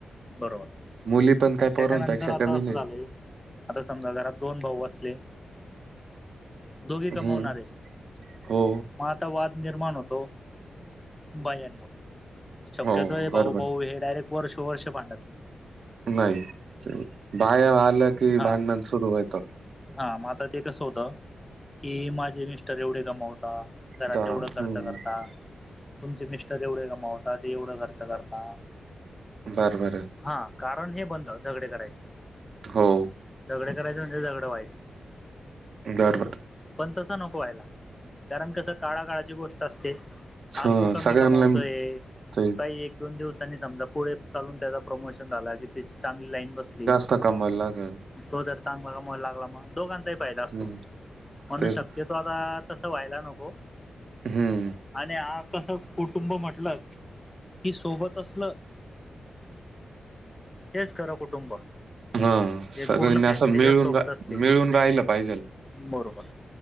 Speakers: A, on the left; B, on the right.
A: बरोबर
B: मुली पण
A: आणि
B: काय
A: त्याच्यानंतर
B: पोरांपेक्षा
A: आता
B: कमी
A: असं
B: नाही
A: झालंय. आता समजा घरात दोन भाऊ असले, दोघे कमवणारे
B: हम्म हो
A: म वाद निर्माण होतो बायामुळे, शक्यतो
B: हो
A: हे
B: बरोबर
A: भाऊ भाऊ हे डायरेक्ट वर्ष वर्ष भांडत नाही.
B: नाही बाया आलं की
A: हा
B: भांडण सुरू होतात.
A: हा मग आता ते कसं होतं की, माझे मिस्टर एवढे कमावता. घरात
B: दा-
A: एवढं खर्च
B: हम्म
A: करता. तुमचे मिस्टर एवढे कमावताात ते एवढं खर्च करता.
B: बर बरं
A: हा कारण हे बनत झगडे करायचे.
B: हो
A: झगडे करायच म्हणजे झगड व्हायचं
B: बर बर
A: पण तस नको व्हायला. कारण कस काळा काळाची गोष्ट अस
B: छ
A: आज तो कमी
B: सगळ्यांना
A: कमावतोय
B: ते
A: काही एक दोन दिवसांनी समजा पुढे चालून त्याचा प्रमोशन झाला की, त्याची चांगली लाईन बसली.
B: आता कमवायला लागल.
A: तो जर चांगला कमवायला लागला मग दोघांचाही फायदा असतो.
B: हम्म
A: म्हणून
B: तेच
A: शक्यतो आपण तस व्हायला नको.
B: हम्म
A: आणि हा कस कुटुंब म्हटल कि सोबत असल तेच खर कुटुंब.
B: हो
A: जे
B: सगळ्यानी
A: पूर्ण फॅमिली
B: अस मिळून
A: जर सोबत असली
B: मिळून राहिल पाहिजेल.
A: बरोबर